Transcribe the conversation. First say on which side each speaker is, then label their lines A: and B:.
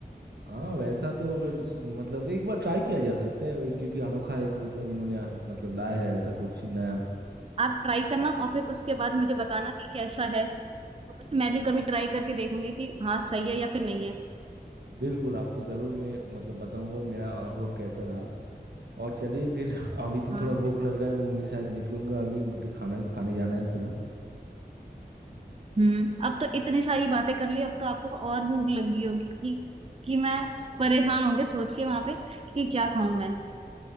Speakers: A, on the right; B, on the right.
A: हाँ वैसा तो अगर सु- मतलब एक बार ट्राई किया जा सकता है भाई क्योंकि अनोखा एक मतलब इन्होंने आ, मतलब लाया है ऐसा कुछ नया
B: आप ट्राई करना और फिर उसके बाद मुझे बताना कि कैसा है मैं भी कभी ट्राई करके देखूंगी कि हाँ सही है या फिर नहीं है
A: बिल्कुल आपको ज़रूर मैं मतलब बताऊंगा मेरा अनुभव कैसा रहा और चलिए फिर <laughs> अभी तो
B: हाँ
A: थोड़ा भूख लग रहा है मैं शायद निकलूंगा अभी मुझे खाना खाने जाना है थोड़ा
B: हम्म अब तो इतनी सारी बातें कर ली अब तो आपको और भूख लग गई होगी कि कि मैं परेशान होंगे सोच के वहां पे कि क्या खाऊं मैं